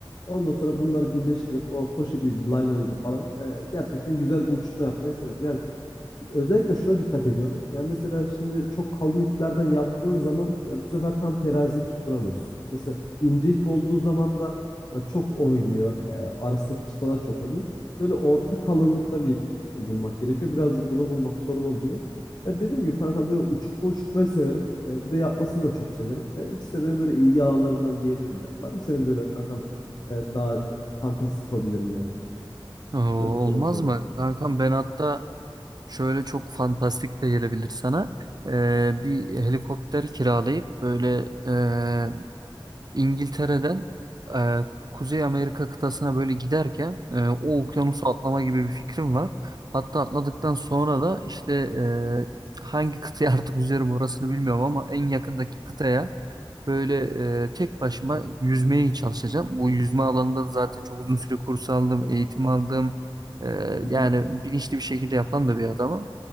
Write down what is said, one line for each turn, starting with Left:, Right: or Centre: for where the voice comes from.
Left: Ondan sonra bunları birleştirip o poşetiydi, laylonuydu falan. e, gerçekten güzel bir uçurtma yapmayı severim. Yani Özellikle şuna dikkat ediyorum. Yani mesela şimdi çok kalın iplerden yaptığın zaman ya bu sefer tam teraziyi tutturamıyorsun. Mesela ince ip olduğu zaman da ya çok oynuyor. e, arasındaki çıtalar çok oynuyor. Böyle orta kalınlıkta bir ip bulmak gerekiyor. Biraz bunu bulmak sorun oluyor. Ya dediğim gibi kankam böyle uçurtma uçurtmayı severim. E, bir de yapmasını da çok severim. Yani ikisi de benim böyle ilgi alanlarımdan diyebilirim yani. Var mı senin böyle kankam e, daha fantastik hobilerin yani?
Right: Oo,
Left: Öyle sorayım
Right: olmaz
Left: sana.
Right: mı? Kankam ben hatta Şöyle çok fantastik de gelebilir sana. Ee, bir helikopter kiralayıp böyle e, İngiltere'den e, Kuzey Amerika kıtasına böyle giderken e, o okyanusu atlama gibi bir fikrim var. Hatta atladıktan sonra da işte e, hangi kıtaya <laughs> artık yüzerim orasını bilmiyorum ama en yakındaki kıtaya böyle e, tek başıma yüzmeye çalışacağım. Bu yüzme alanında da zaten çok uzun süre kurs aldım, eğitim aldım. E,
Left: Hı hı.
Right: yani bilinçli bir şekilde yapan da bir adamım.